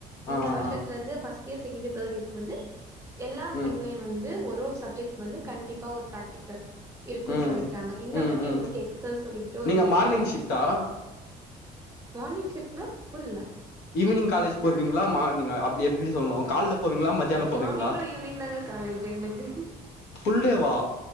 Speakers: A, on the left; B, on the right.
A: ஆ
B: இந்த வர்ஷத்துல
A: ஆ
B: இருந்து first year second year third இயர்க்கு வந்து எல்லா
A: ம்
B: செம்ளயு வந்து ஒரு ஒரு சப்ஜெட் வந்து கண்டிப்பா ஒரு பிராக்டிக்கல் இருக்குன்
A: ம்
B: சொல்லிக்கிட்டாங்க இந்த
A: ம்
B: வட்டி
A: ம்
B: எங்களுக்கு எக் சல் சொல்லிக்கிட்டோ ஒரு
A: நீங்க மார்னிங்
B: சப்ஜெட்
A: ஷிஃப்ட்டா
B: மார்னிங் ஷிஃப்ட்னா புரில்ல
A: ஈவினிங் காலேஜ் போவீங்களா மார்னிஙா அப்டி எப்டி சொல்லுனு கால்ல போவீங்களா மத்தியானம் போவீங்களா
B: மார்னிங் டு ஈவினிங் தாங்க காலேஜ் எங்ளுக்கு
A: ஃபுல் டேவா